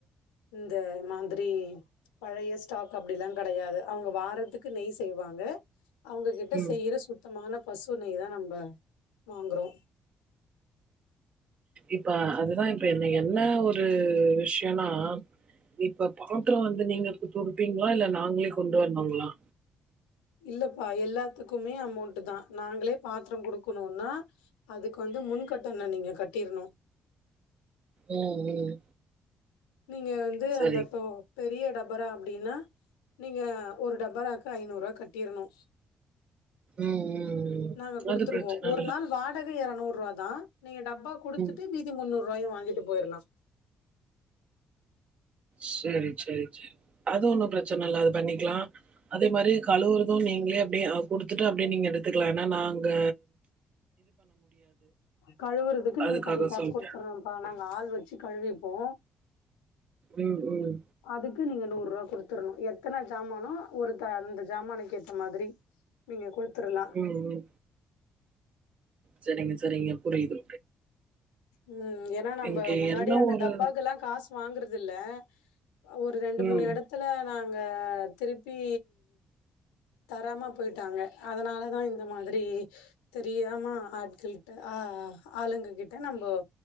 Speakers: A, on the left; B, on the right.
A: இந்த மாதிரி பழைய ஸ்டாக் அப்டிலாம கடையாது அவுங்க வாரத்துக்கு நெய் செய்வாங்க அவுங்க வீட்ல
B: ம்.
A: செய்யற சுத்தமான பசு நெய் தா நம்ப வாங்கறோம்
B: இப்ப அதுதா இப்ப என்ன ஒரு விஷயன்னா இப்ப பாத்ரம் வந்து நீங்க துடுப்பீங்களா இல்ல நாங்களே கொண்டு வரனுங்களா
A: இல்லப்பா எல்லாத்துக்குமே அமௌண்ட் தான் நாங்களே பாத்ரோ குடுக்கனோனா அதுக்கு வந்து முன் கட்டணோ நீங்க கட்டீறணூ
B: உம் ம்
A: நீங்க வந்து
B: சரி
A: அந்த தொ பெரிய டபெர அப்டீனா நீங்க ஒரு டபராக்கு ஐநூருவா கட்டிறனூ
B: ம் ம் ம்
A: நாங்க குடுத்துருவோ
B: அது பிரச்சன
A: ஒரு
B: இல்ல
A: நாள் வாடக எறநூற் ருவாத் தா நீங்க டப்பா குடுத்துட்டு
B: ம்
A: மீதி முன்னூற் ருவாய வாங்கிட்டு பொயிரலா
B: செரி செரி செ அது ஒன்னு பிரச்சன இல்ல அது பண்ணிக்லா அதே மாரி கழுவுரது நீங்ளே அப்டியே அ குடுத்துட்டு அப்டியே நீங்க எடுத்துக்கலா ஏனா நா அங்க
A: கழுவுறதுக்கு
B: அதுக்காக
A: நீங்க தனி காஸ்
B: சொல்ட்டே
A: குடுத்துரனும்ப்பா நாங்க ஆள் வச்சி கழுவிப்போ
B: ம் ம்
A: அதுக்கு நீங்க நூற் ருவா குடுத்துரணூ எத்தன ஜாமானோ ஒருக்க அந்த ஜாமானுக்கு ஏத்த மாதிரி நீங்க குடுத்துரலா
B: ம் ம் செரிங்க செரிங்க புரியிது
A: ம் ஏனா நம்ப
B: எனக்கு
A: முன்னாடியே
B: என்ன
A: அந்த
B: ஒரு
A: டப்பாக்குலா காசு வாங்குறதில்ல அ ஒரு ரெண்டு
B: ம்
A: மூணு எடத்துல நாங்க திருப்பீ தராமா பொய்ட்டாங்க அதனாலதா இந்த மாதிரி தெரியாம ஆட்கள்ட்ட ஆ ஆ ஆளுங்க கிட் ட நம்போ